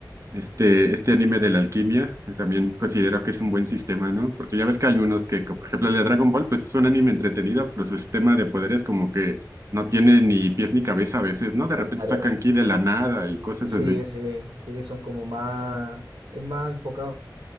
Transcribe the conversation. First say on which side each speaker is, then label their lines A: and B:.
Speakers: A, on the right (about 40°); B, on the right (about 70°).
A: este, este anime de la alquimia, eh, también considero que es un buen sistema, ¿no? Porque ya ves que hay unos que, como por ejemplo el de Dragon Ball, pues es un anime entretenido, pero su sistema de poderes como que no tiene ni pies ni cabeza a veces, ¿no? De repente
B: Claro,
A: sacan ki de la nada y cosas
B: sí,
A: así.
B: sí, sí, son como más, es más enfocado